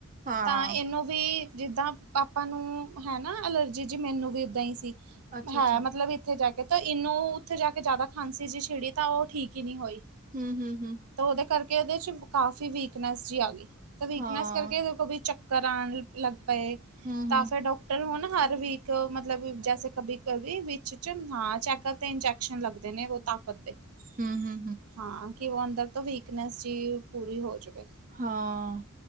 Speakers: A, on the right; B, on the right.
A: ਹਾਂ
B: ਤਾ ਏਨੂੰ ਵੀ ਜਿੱਦਾਂ ਪਾਪਾ ਨੂੰ ਹੈਨਾ ਅਲਰਜੀ ਜੀ, ਮੈਨੂੰ ਵੀ ਇੱਦਾ ਈ ਸੀ,
A: ਅੱਛਾ
B: ਹਾਂ
A: ਅੱਛਾ
B: ਮਤਲਬ ਇੱਥੇ ਰੈ ਕੇ। ਤੇ ਇਨੂੰ ਉੱਥੇ ਜਾ ਕੇ ਜਾਦਾ ਖਾਂਸੀ ਜਿ ਛਿੜੀ, ਤਾ ਓ ਠੀਕ ਈ ਨੀ ਹੋਈ।
A: ਹੂੰ, ਹੂੰ, ਹੂੰ।
B: ਤਾਂ ਓਦੇ ਕਰਕੇ ਓਦੇ 'ਚ ਕਾਫੀ ਵੀਕਨੈਸ ਜੀ ਆ ਗਈ, ਤਾਂ ਵੀਕਨੈਸ
A: ਹਾਂ
B: ਕਰਕੇ ਏਦੇ ਕੋ ਵੀ ਚੱਕ ਕਰਾਨ ਲੱਗ ਪਏ,
A: ਹਮ
B: ਤਾਂ
A: ਹਮ
B: ਫਿਰ ਡੋਕਟਰ ਹੁਨ ਹਰ ਵੀਕ ਮਤਲਬ ਜ ਕਬੀ ਕਵੀ ਵਿੱਚ ਚ, ਹਾਂ ਚੈਕਪ ਤੇ ਇੰਜੈਕਸ਼ਨ ਲੱਗਦੇ ਨੇ ਓ ਤਾਕਤ ਦੇ
A: ਹੂੰ, ਹੂੰ, ਹੂੰ।
B: ਹਾਂ ਕਿ ਅੰਦਰ ਤੋਂ ਵੀਕਨੈਸ ਜੀ ਪੂਰੀ ਹੋ ਜਾਵੇ
A: ਹਾਂ